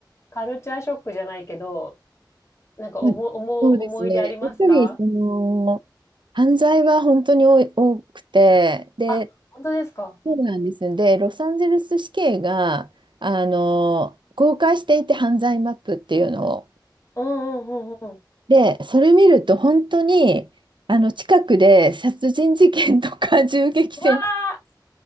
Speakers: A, on the left; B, on the right.
A: カルチャーショックじゃないけど、なんか思、
B: はい、
A: 思う、
B: そうですね。
A: 思い出ありますか
B: やっぱりその犯罪は本当に多い多くて、で、
A: あ、本当ですか。
B: そうなんです。で、ロサンゼルス市警が、あの、公開していて犯罪マップっていうのを。
A: うんうんうんうん。
B: で、それ見ると本当に、あの、近くで殺人事件とか <laughs> 銃撃戦、
A: うわー